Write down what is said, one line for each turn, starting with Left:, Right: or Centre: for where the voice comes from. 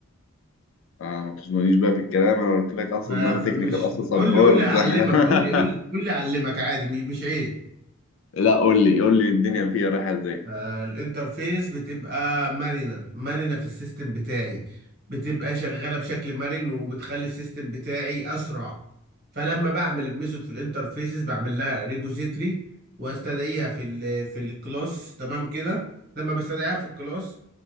Left: آه ما تزنونيش بقى في الكلام انا قلت لك اصلا
Right: ما
Left: ان انا
Right: ف-
Left: تكنيكال
Right: مش
Left: اصلا صبرت
Right: قول لي قول لي هعلمك
Left: <laughs>
Right: قول لي قول لي قول لي هعلمك عادي مش مش عيب
Left: لا قول لي قول لي الدنيا فيها رايحه ازاي
Right: آه، الانترفيس بتبقى مرنة مرنة في السيستم بتاعي بتبقى شغالة بشكل مرن وبتخلي السيستم بتاعي أسرع فلما بعمل الميثود في الانترفيسز بعمل لها ريبوزيتري واستدعيها في ال في الكلاس تمام كده لما بستدعيها في الكلاس